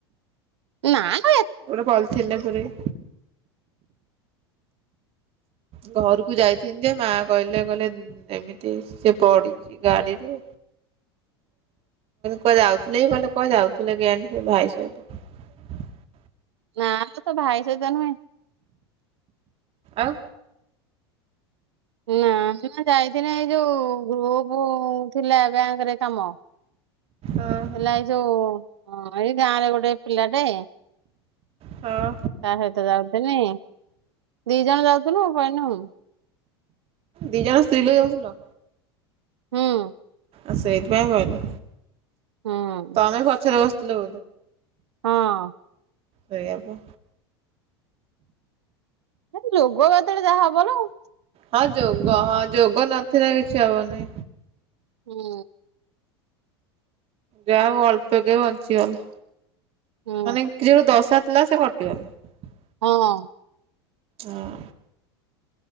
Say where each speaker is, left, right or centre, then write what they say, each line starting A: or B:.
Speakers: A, on the right; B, on the right.
A: ନାଆ
B: ଗୋଟେ ପଲଥିନରେ ପୁରେଇ ଘରୁକୁ ଯାଇଥିନି ଯେ ମା କହିଲେ କହିଲେ ଏମିତି ସେ ପଡିଛି ଗାଡିରୁ କୁଆଡେ ଯାଉଥିଲେ କିଆଡେ ଯାଉଥିଲେ କେଜାଣି ସେ ଭାଇ ସହିତ
A: ନା ଲୋ ତା ଭାଇ ସହିତ ନୁହେଁ।
B: ଆଉ
A: ନା ମୁଁ ଯାଇଥିନି ଏଇ ଯୋଉ ଗ୍ରୁପ୍ ଥିଲା ବ୍ୟାଙ୍କରେ କାମ
B: ଓହୋ
A: ଥିଲା ଏଇ ଯୋଉ ଏ ଗାଁରେ ଗୋଟେ ପିଲାଟେ
B: ହଁ ହଁ
A: ତା ସହିତ ଯାଉଥିଲି ଦି ଜଣ ଯାଉଥିଲୁ ପଇଲୁ। ହୁଁ।
B: ଦି ଜଣ ସ୍ତ୍ରୀ ଲୋକ ଯାଉଥିଲ?
A: ହୁଁ
B: ଆଉ ସେଇଥିପାଇଁ ପଇଲ।
A: ହୁଁ
B: ତମେ ପଛରେ ବ ଲୋ
A: ହଁ
B: ସେଇଆ ପା
A: ଯୋଗ ଯେତେବେଳେ ଯାହା ହବ ନାଉ।
B: ହଁ ଯୋଗ ହଁ ଯୋଗ ନଥିଲେ କିଛି ହବନି।
A: ହୁଁ
B: ଯା ହଉ ଅଳ୍ପ କେ ବଞ୍ଚିଗଲ।
A: ହୁଁ
B: ମାନେ କିଛି ଗୋ ଦଶା ଥିଲା ସେ କଟିଗଲା।
A: ହଁ
B: ହଁ